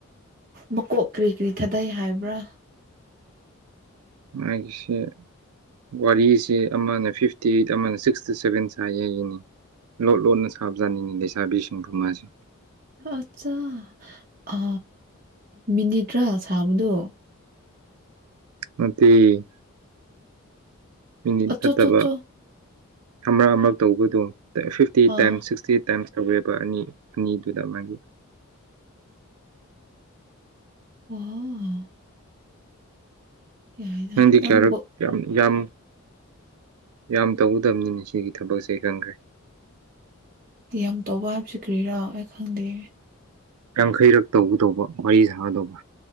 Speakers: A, on the right; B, on the right.
A: ꯃꯀꯣꯛ ꯀꯔꯤ ꯀꯔꯤ ꯊꯥꯗꯩ ꯍꯥꯏꯕ꯭ꯔꯥ
B: ꯃꯥꯒꯤꯁꯦ ꯋꯥꯔꯤꯁꯦ ꯑꯃꯅ ꯐꯤꯐꯇꯤ ꯑꯩꯠ ꯑꯃꯅ ꯁꯤꯛꯁꯇꯤ ꯁꯚꯦꯟ ꯁꯥꯏꯌꯦꯒꯤꯅꯤ ꯂꯣꯠ ꯂꯣꯟꯠꯅ ꯁꯥꯕꯖꯥꯅꯤꯡꯉꯤ ꯂꯩꯁꯥꯕꯤꯁꯤꯡꯕꯨ ꯃꯥꯁꯦ
A: ꯑꯠꯆꯥ ꯑ ꯃꯤꯅꯤꯠ ꯇꯔꯥ ꯁꯥꯕꯗꯣ
B: <inaudible> ꯃꯤꯅꯤꯠ
A: ꯑꯆꯣ
B: ꯅꯠꯇꯕ
A: ꯆꯣ ꯆꯣ
B: ꯑꯃꯔꯛ ꯑꯃꯔꯛ ꯇꯧꯕꯗꯣ ꯐꯤꯐꯇꯤ
A: ꯑꯥ
B: ꯇꯥꯏꯝꯁ ꯁꯤꯛꯁꯇꯤ ꯇꯥꯏꯝꯁ ꯇꯧꯋꯦꯕ ꯑꯅꯤ ꯑꯅꯤꯗꯨꯗ ꯃꯥꯒꯤ
A: ꯑꯣ ꯌꯥꯏꯅ
B: ꯅꯪꯗꯤ
A: ꯅꯪꯕꯨ
B: ꯀꯌꯥꯔꯛ ꯌꯥꯝ ꯌꯥꯝ ꯌꯥꯝ ꯇꯧꯒꯗꯕꯅꯤꯅ ꯁꯤꯒꯤ ꯊꯕꯛꯁꯦ ꯈꯪꯈ꯭ꯔꯦ
A: ꯌꯥꯝ ꯇꯧꯕ ꯍꯥꯏꯕꯁꯤ ꯀ꯭ꯔꯤꯔꯣ ꯑꯩ ꯈꯪꯗꯦ
B: ꯌꯥꯡꯈꯩꯔꯛ ꯇꯧꯒꯗꯧꯕ ꯋꯥꯔꯤ ꯁꯥꯒꯗꯧꯕ